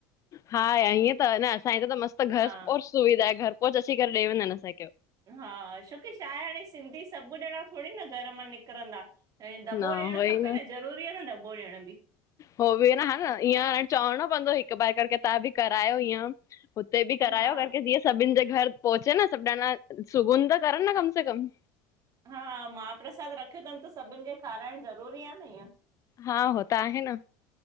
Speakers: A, on the left; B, on the right.
A: हा या इएं त ह न असांय त त मस्तु घर
B: हा
A: ओर सुविधा आहे घर पहुच असीं करे ॾेई वेंदानि असांखे।
B: हा छोकी छा आहे हाणे सिंधी सभु ॼणा थोडी न घर मां निकिरंदा। हे दॿो
A: न
B: ॾियणु
A: उहोई
B: खपे न ज़रूरी आ न दॿो ॾियण बि।
A: हो बि न, हा न, ईअं अ चवणो पवंदो हिकु ॿारि करे के तव्हां बि करायो हीअं। हुते बि करायो
B: हा।
A: करके जीअं सभिनि जे घर पहुचे न, सभु ॼणा सुगुन त करनि न कम से कम
B: हा, महाप्रसाद रखंदमि त सभिनि खे खाराइणु ज़रूरी आ न इएं।
A: हा हो त आहे न।